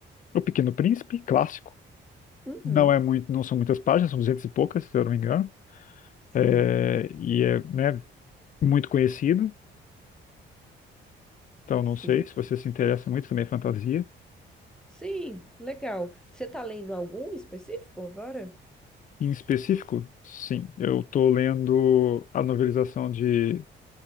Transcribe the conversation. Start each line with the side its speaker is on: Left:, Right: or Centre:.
Left: O Pequeno Príncipe, clássico.
Centre: Uhum.
Left: Não é muito, não são muitas páginas, são duzentas e poucas, se eu não me engano.
Centre: Sim,
Left: É, e é, né, muito conhecido. Então, não
Centre: sim.
Left: sei se você se interessa muito também é fantasia.
Centre: Sim, legal. Você está lendo algum específico agora?
Left: Em específico, sim. Eu tô lendo a novelização de